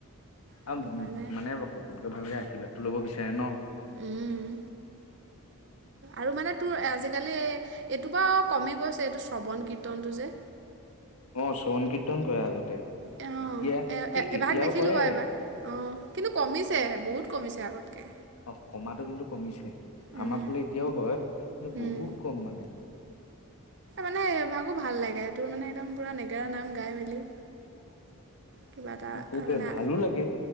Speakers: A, on the right; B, on the left.
A: সেইটো
B: আৰু
A: কাৰণে
B: মানে সকলোকে ভালকে আহি আশিৰ্বাদটো ল'ব বিচাৰে ন?
A: উম, আৰু মানে তোৰ আজিকালি এইটো বাৰু কমি গৈছে, এইটো শ্ৰৱণ কীৰ্তনটো যে।
B: অ শ্ৰৱণ কীৰ্তন কৰে আগতে।
A: অঁ
B: এতিয়া,
A: এ এ-
B: এই
A: এভাগ
B: এতিয়াও
A: দেখিলোঁ
B: কৰে।
A: বাৰু এবাৰ অঁ কিন্তু কমিছে বহুত কমিছে আগতকৈ।
B: অ কমাটো কিন্তু কমিছে।
A: উম
B: আমাৰ ফালে এতিয়াও হয়। কিন্তু
A: উম
B: বহুত কম মানে।
A: মানে ভাকো ভাল লাগে তোৰ মানে একদম পুৰা নেগেৰা নাম গাই মেলি
B: <unintelligible>
A: কিবা এটা
B: অ সেইটোৱে
A: মানে
B: ভালো লাগে